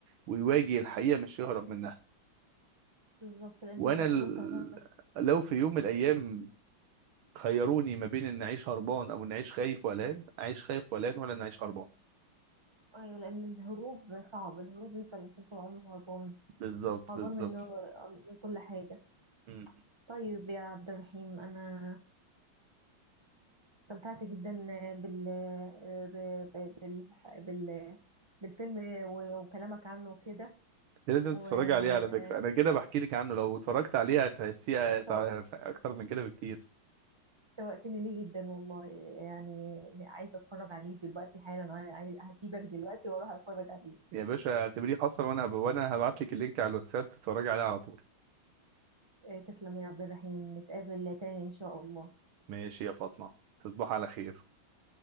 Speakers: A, on the right; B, on the right.
A: ويواجه الحقيقه مش يهرب
B: طب
A: منها
B: بالظبط لانك
A: وانا
B: لو
A: ال...
B: فضلت هتهرب منه
A: لو في يوم من الايام خيروني ما بين ان اعيش هربان او ان اعيش خايف وقلقان اعيش خايف وقلقان ولا ان اعيش هربان
B: ايوه لان الهروب صعب الهروب بيفضل الانسان طول عمره هربان
A: بالظبط
B: هربان
A: بالظبط
B: من من كل حاجة
A: مم.
B: طيب يا عبد الرحيم انا استمتعت جدا بال ب- ب- بال بال بالفيلم و- وكلامك عنه كده
A: انت لازم
B: ولازم
A: تتفرج عليه على فكرة انا كده بحكي لك عنه لو اتفرجت عليه هتحسيه هتع-
B: اه
A: اكتر من كده بكتير
B: شوقتني ليه جدا والله يعني عايزه اتفرج عليه دلوقتي حالا انا عاي- هسيبك دلوقتي واروح اتفرج عليه
A: يا باشا اعتبريه حصل وانا هب... وانا هبعت لك اللينك على الواتساب تتفرجي عليه على طول
B: إيه، تسلم يا عبد الرحيم نتقابل تاني ان شاء الله
A: ماشي يا فاطمة تصبح على خير